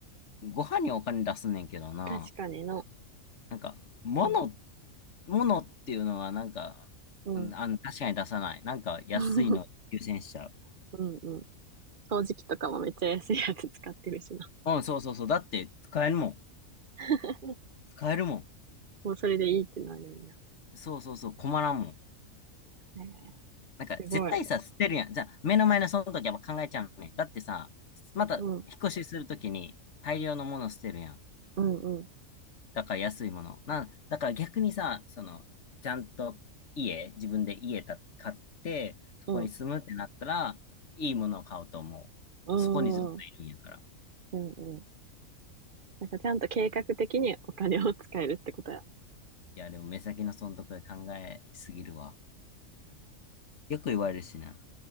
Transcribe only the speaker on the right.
確かにな。
うん、
うん。
<laughs> うん、うん。掃除機とかもめっちゃ安いやつ使ってるしな。
<laughs>
もうそれでいいってなるよ
な。へえ
すごい。
うん、
うん、うん、
うん、
う
ん、うん、うん。なんかちゃんと計画的にお金を使えるってことや。<laughs>